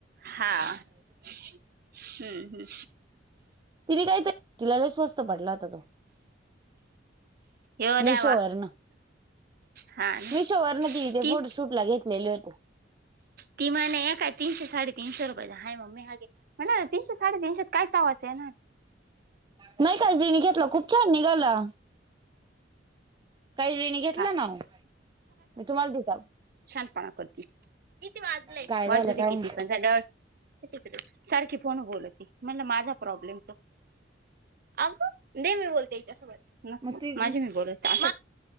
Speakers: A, on the right; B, on the right.
A: हा. हम्म हम्म.
B: तिने काय ते. तिला स्वस्त पडला होता तो.
A: येव
B: मिशोवर
A: द्यावा.
B: न
A: हा ना
B: मिशोवर न तिन ते
A: ती
B: फोटोशूट ला घेतलेले होते.
A: ती म्हणे काय तीनशे साडेतीनशे रुपये चा हाये मम्मी. हा घे. म्हण तीनशे साडेतीनशेत. काय चावाचा येणारे.
B: नाही का. काजीने घेतलं खूप छान निघाला. काही हिन घेतलं
A: हा
B: ना. म तुम्हाला दता
A: शहानपणा करती, किती वाजलंय?
B: काय
A: वाजू
B: झालं
A: दे
B: काय
A: किती
B: माहित
A: पण तिकडेच सारखी फोन वर बोलती म्हण माझा प्रॉब्लेम तो अगं दे मी बोलते याच्यासोबत नको
B: मग ती
A: माझे मी बोलतते.